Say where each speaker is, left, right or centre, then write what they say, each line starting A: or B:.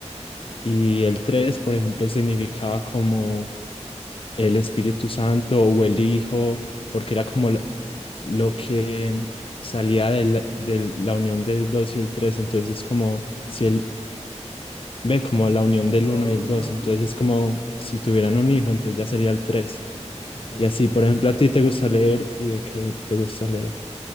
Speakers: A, on the left (about 50°); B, on the left (about 70°).
A: Y el tres, por ejemplo, significaba como el Espíritu Santo o el Hijo, porque era como lo que salía de la, de la unión del 2 y el tres entonces es como si
B: ok.
A: él ve como la unión
B: Del
A: del
B: dos
A: uno y
B: en
A: el dos
B: uno.
A: entonces
B: Sí.
A: es como si tuvieran un hijo, entonces ya sería el tres
B: Ok.
A: Y así, por ejemplo, a ti te gusta leer y de qué te gusta leer.